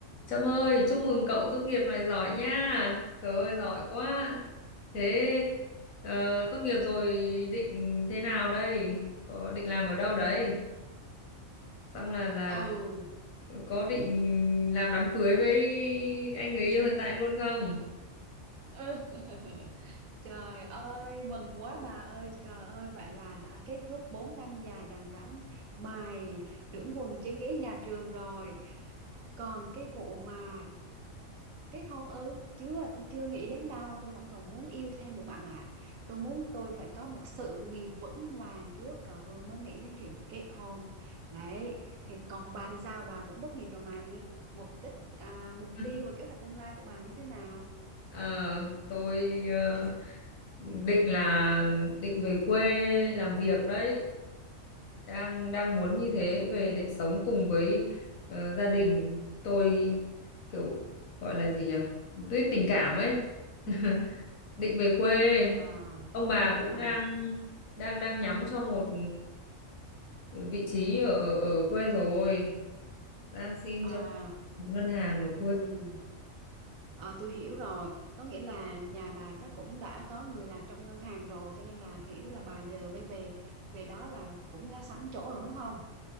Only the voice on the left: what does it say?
Trâm ơi, chúc mừng cậu tốt nghiệp này giỏi nha. Trời ơi, giỏi quá. Thế ờ, tốt nghiệp rồi định thế nào đây? Có định làm ở đâu đấy? Xong là là
có định làm đám cưới với anh người yêu hiện tại luôn không?
<laughs>
Ờ, tôi ờ, định là định về quê làm việc đấy. Đang đang muốn như thế về để sống cùng với ờ, gia đình. Tôi kiểu gọi là gì nhỉ tuy tình cảm ấy <laughs> định về quê
ông bà cũng
đang đang đang nhắm cho một ừ, vị trí ở ở ở quê rồi đang xin
cho một ngân hàng ở
quê